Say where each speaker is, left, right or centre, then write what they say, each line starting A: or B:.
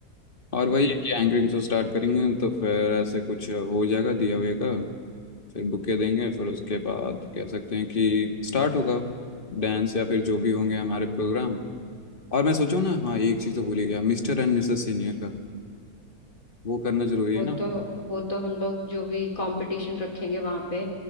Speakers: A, on the left (about 35°); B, on the left (about 60°).
A: और
B: हम्म
A: वही है कि एंकरिंग से स्टार्ट करेंगे तो फिर ऐसे कुछ हो जाएगा दिया हुए का फिर बुके देंगे फिर उसके बाद कह सकते हैं कि स्टार्ट होगा डांस या फिर जो भी होंगे हमारे प्रोग्राम और मैं सोचो ना हाँ एक चीज़ तो भूल ही गया मिस्टर एंड मिसेस सीनियर का वो करना जरूरी
B: वो
A: है ना
B: तो वो तो हम लोग जो भी कंपटीशन रखेंगे वहां पे